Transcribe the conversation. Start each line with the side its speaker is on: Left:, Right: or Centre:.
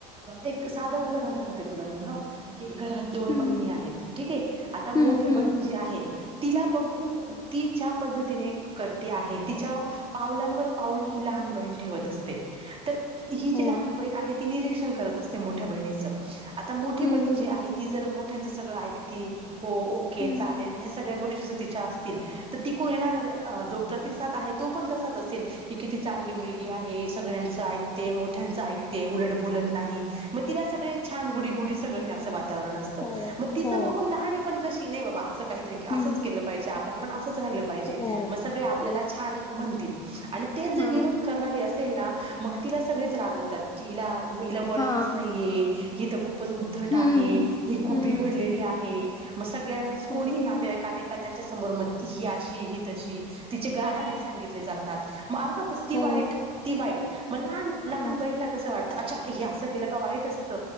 Right: एक साधं उदाहरण सांगते तुला मी ह की घरात दोन
Left: हं.
Right: बहिणी आहेत ठीक आहे आता
Left: हं.
Right: मोठी
Left: हं.
Right: बहीण जी आहे तिला बघून तिच्या पद्धतीने करते आहे तिच्या पावलांवर पाऊल ही लहान बहीण ठेवत असते तर ही
Left: हो
Right: जी लहान बहीण आहे ती निरीक्षण करत असते मोठ्या बहिणीच आता मोठी
Left: हम्म
Right: बहीण जी आहे ती जर मोठ्यांचं सगळं ऐकती हो ओके
Left: हम्म
Right: चालेल ह्या सगळ्या गोष्टी जर तिच्या असतील तर ती कोयना जो प्रतिसाद आहे तो पण तसाच असेल की किती चांगली मुलगी आहे सगळ्यांचं ऐक मोठ्यांच ऐकते उलट बोलत नाही मग तिला सगळे छान गुडी गुडी सगळ हे असं वातावरण असते
Left: हो
Right: मग तिच
Left: हो
Right: बघून लहाणी पण कशी नाही बाबा असं काहीतरी असंच
Left: हम्म
Right: केलं पाहिजे आपण पण असच राहील पाहिजे
Left: हो
Right: म सगळे आपल्याला
Left: हो
Right: छान म्हणतील आणि तेच जर
Left: हा
Right: विरोध करणारी असेल ना मग तिला सगळेच रागवतात हीला हिला वळणच
Left: हा
Right: नाहीये हि तर खूपच उद्धट
Left: हम्म
Right: आहे ही खूप
Left: हम्म
Right: बिघडलेली आहे मग सगळ्यां
Left: हो
Right: कोणीही नातेवाईकाने त्यांच्या समोर म ही अशी ती तशी तिचे गाराने सांगितले जातात म अर्थात् ती
Left: हो
Right: वाईट ती वाईट म लहान लहान
Left: हा
Right: बहीण ला कस वाटत अच्छा हे अस केलं का वाईट असत